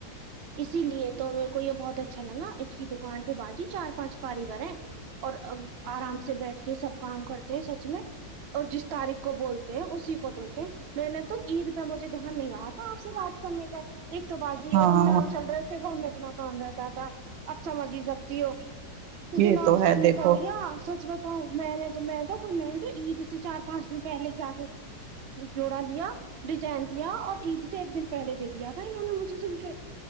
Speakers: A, on the right; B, on the right.
A: اسی لیے تو میرے کو یہ بہت اچھا لگا اس کی دکان پہ باجی چار پانچ کاریگر ہیں اور آرام سے بیٹھ کے سب کام کرتے ہیں سچ میں اور جس تاریخ کو بولتے ہیں اسی کو دیتے ہیں میں نے تو عید پہ مجھے دھیان نہیں رہا تھا آپ سے بات کرنے کا ایک تو باجی
B: ہاں
A: اور چل رہے تھے گھر میں اتنا کام رہتا تھا اب سمج ہی سکتی ہو تو
B: یہ
A: دماغ
B: ہے
A: سے
B: دیکھو
A: نکل گیا سچ بتاؤ میں تو کوئی میں نے تو عید سے چا پانچ دن پہلے جا کے جوڑا لیا ڈیزائن دیا اور عید سے ایک دن پہلے دے دیا تھا انہوں نے مجھے سلکے